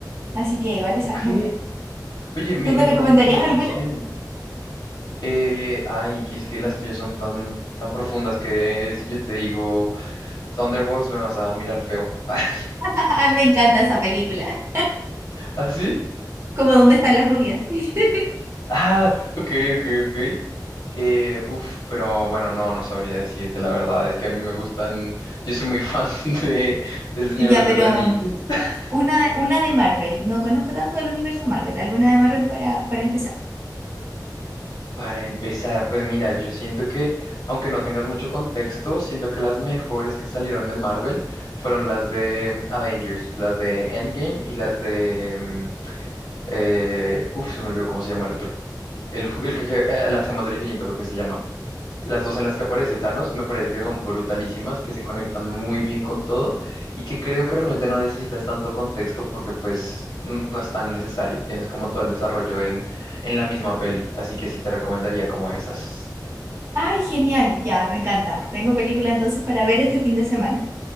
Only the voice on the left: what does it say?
Ok.
Oye, me,
me
llama mucho la atención.
Eh, ay, es que las tuyas son tan, tan profundas que si yo te digo Thunderbolts me vas a mirar feo. <laughs>
¿Así?
Ah, ok, ok, ok. Eh, uf, pero bueno, no, no sabría decirte la verdad. Es que a mí me gustan, yo soy muy fan <laughs> de, del Señor
de los
Anillos. <laughs>
Para empezar, pues mira, yo siento que, aunque no tengas mucho contexto, siento que las mejores que salieron de Marvel fueron las de Avengers, las de Endgame y las de mm, Eh, uf, se me olvidó cómo se llama el otro. El, ju- el que je- eh, las gemas del infinito creo que se llama. Las dos en las que aparece Thanos me parece que son brutalísimas, que se conectan muy bien con todo y que creo que realmente no necesitas tanto contexto porque pues n- no es tan necesario. Tienes como todo el desarrollo en, en la misma peli, así que sí te recomendaría como esas.